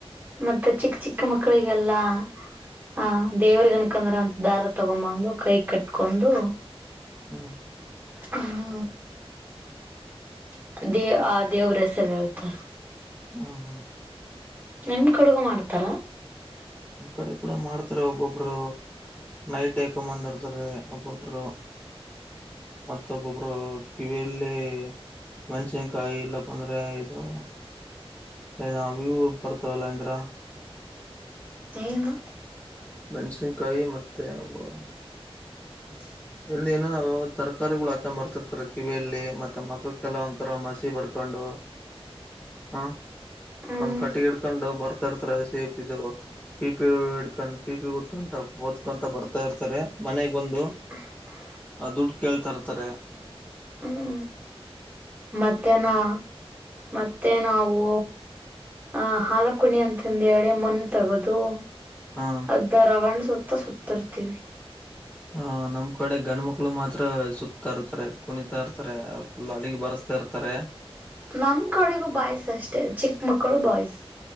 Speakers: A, on the right; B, on the left.
A: ಮತ್ತೆ ಚಿಕ್ಕ್ ಚಿಕ್ಕ ಮಕ್ಕಳಿಗೆಲ್ಲ ಹ ದೇವ್ರ <unintelligible> ದಾರ ತಗೊಬಂದು ಕೈಕ್ ಕಟ್ಕೊಂಡು
B: ಹಾ <unintelligible>
A: <unintelligible> <unintelligible> ಆ ದೇವ್ರ ಹೆಸರ ಹೇಳ್ತಾರ.
B: ಹು ಹು <unintelligible>
A: <unintelligible> ಕಡುಗು ಮಾಡ್ತಾರಾ.
B: <unintelligible> ಕೂಡ ಮಾಡ್ತಾರೆ ಒಬ್ಬೊಬ್ರು. ನೈಟ್ ಎಕಂಬಂದಿರ್ತಾರೆ <unintelligible> ಒಬ್ಬೊಬ್ಬರು. ಮತ್ತ್ ಒಬ್ಬೊಬ್ರು ಕಿವಿಯಲ್ಲಿ <unintelligible> ಇಲ್ಲ ಬಂದ್ರೆ ಇದು. <unintelligible> ಬರ್ತವಲ್ಲ ಅಂದ್ರ
A: ಏನು
B: ಮೆಣ್ಸಿನ್ಕಾಯಿ ಮತ್ತೆ ಅವು
A: <inaudible>
B: ಇಲ್ಲಿ ಏನ್ ಏ ಅವ ತರಕಾರಿಗಳ ಹಾಕೊಂಡ್ ಬರ್ತಿರ್ತಾರ ಕಿವಿಯಲ್ಲಿ ಮತ್ತ ಮಖಕ್ಕೆಲ್ಲ ಒಂಥರ ಮಸಿ ಬಡ್ಕೊಂಡು ಹ್ಮ
A: ಹ್ಮ್
B: ಒಂದ್ ಕಟ್ಟಿಗಿ ಅಕೊಂಡ ಬರ್ತಇರ್ತಾರ ಸೀಪ್ ಇದು ಪಿ ಪಿ ಇಡ್ಕೊಂಡ್ ಪಿ ಪಿ ಉತ್ಕೊಂಡ ಟಪ್ ಕೊಂತ ಬರ್ತಾ ಇರ್ತಾರೆ ಮನೆಗ ಬಂದು
A: <inaudible>
B: ಆ ದುಡ್ಡ ಕೇಳ್ತಾ ಇರ್ತಾರೆ.
A: ಹ್ಮ ಮತ್ತೆ ನಾ ಮತ್ತೆ ನಾವು ಅ ಹಾಲ ಕುಣಿ ಅಂತಂದ ಹೇಳಿ ಮನ್ನ ತಗದು
B: ಹಾ
A: ದ್ದ ರಾವಣ್ ಸುತ್ತ ಸುತ್ತಿರ್ತೀವಿ.
B: ಆ ನಮ್ಮ ಕಡೆ ಗಂಡ ಮಕ್ಳು ಮಾತ್ರ ಸುತ್ತಾ ಇರ್ತಾರೆ ಕುಣಿತಾ ಇರ್ತ್ತರೆ. ಅಲ್ಲಿಗ ಬರಸ್ತಾ ಇರ್ತಾರೆ.
A: ನಮ್ಮ ಕಡಿಗೂ ಬಾಯ್ಸ್ ಅಷ್ಟೇ ಚಿಕ್ಕ ಮಕ್ಕಳು ಬಾಯ್ಸ್.